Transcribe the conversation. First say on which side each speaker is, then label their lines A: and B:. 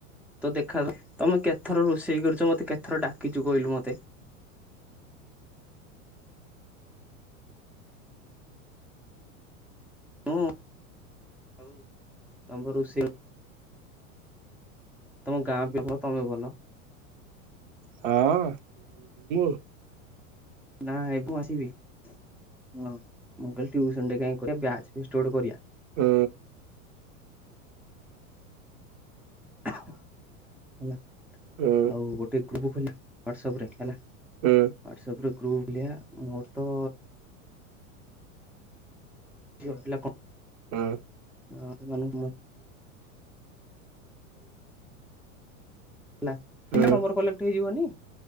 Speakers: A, in the centre; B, on the right (about 60°).
A: ତ ଦେଖା ତମେ କେତେଥର ରୋଷେଇ କରିଛ ମତେ କେଟେଥର ଡାକିଛୁ କହିଲୁ ମୋତେ। ମୁଁ ତମେ ପା ରୋଷେଇ ତମ ଗାଁ <unintelligible>
B: ହଁ <unintelligible>
A: ନା ଏବେ ଆସିବି ହ ମୁଁ କହିଲି ଟିଉସନ୍ ରେ କାହିଁକି କରିବା ବ୍ୟାଚ୍ ଫିଷ୍ଟ ଗୋଟେ କରିବା।
B: ହୁଁ।
A: ହେଲା ଆଉ
B: ହୁଁ
A: ଗୋଟେ ଗ୍ରୁପ ଖୋଲିଦବା ୱାଟସ୍ ଆପ ରେ ହେଲା।
B: ହୁଁ।
A: ହାଟସପ ରେ ଗ୍ରୁପଖୋଲିଆ ମୋର ତ ଝିଅ ପିଲା କଣ?
B: ହଁ।
A: ହଁ ସେମାନ <unintelligible> ହେଲା
B: ହୁଁ
A: ଏଇନା ନମ୍ବର କଲେକ୍ଟ ହେଇଯିବନି?